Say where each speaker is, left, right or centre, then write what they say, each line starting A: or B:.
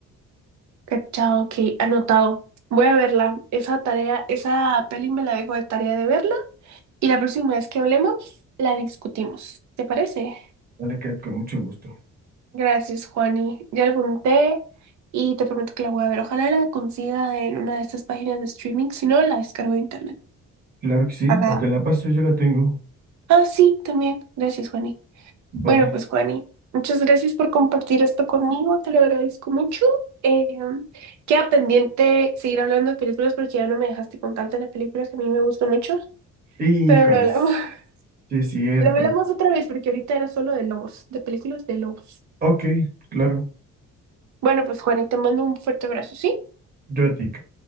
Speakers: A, on the right; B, on the right.
A: Cachado, ok, anotado. Voy a verla. Esa tarea, esa peli me la dejo de tarea de verla. Y la próxima vez que hablemos, la discutimos. ¿Te parece?
B: Vale, Kat, con mucho gusto.
A: Gracias, Juani. Ya la apunté y te prometo que la voy a ver. Ojalá la consiga en una de estas páginas de streaming. Si no, la descargo de internet.
B: Claro que sí,
A: Acá.
B: o te la paso, yo la tengo.
A: Ah, sí, también. Gracias, Juani.
B: Vale.
A: Bueno, pues Juani, muchas gracias por compartir esto conmigo, te lo agradezco mucho. Eh, queda pendiente seguir hablando de películas porque ya no me dejaste contarte las películas que a mí me gustan mucho,
B: Híjoles,
A: pero lo hablamos, <laughs>
B: sí es cierto.
A: lo hablamos otra vez porque ahorita era solo de lobos, de películas de lobos.
B: Ok, claro,
A: Bueno, pues Juani, te mando un fuerte abrazo, ¿sí?
B: yo a ti, Kat.